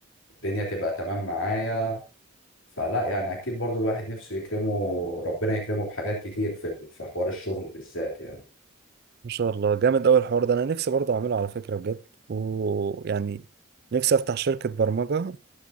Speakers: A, on the left (about 80°); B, on the right (about 50°).
A: الدنيا تبقى تمام معايا فلا يعني اكيد برضو الواحد نفسه يكرمه ربنا يكرمه بحاجات كتير في في حوار الشغل بالذات يعني
B: ما شاء الله جامد أوي الحوار ده أنا نفسي برضه أعمله على فكرة بجد ويعني نفسي أفتح شركة برمجة